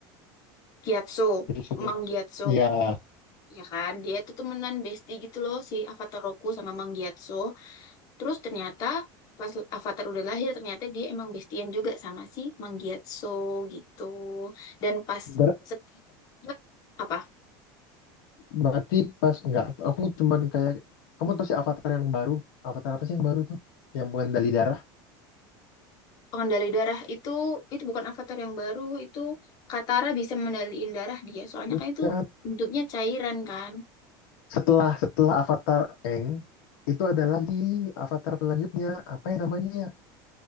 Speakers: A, on the left; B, on the left.
A: Gyatso,
B: disuruh.
A: Mang Gyatso.
B: Ya,
A: Ya kan, dia tuh temenan bestie gitu loh si Avatar Roku sama Mang Gyatso. Terus ternyata pas Avatar udah lahir ternyata dia emang bestian juga sama si Mang Gyatso gitu. Dan pas
B: ber-
A: setiap apa?
B: berarti pas enggak aku cuman kayak kamu tahu si avatar yang baru, avatar apa sih yang baru tuh? Yang mengendali darah?
A: pengendali darah itu itu bukan avatar yang baru itu Katara bisa mengendaliin darah dia soalnya
B: Bukan.
A: kan itu bentuknya cairan kan
B: Setelah setelah avatar Eng itu ada lagi avatar selanjutnya apa ya namanya ya?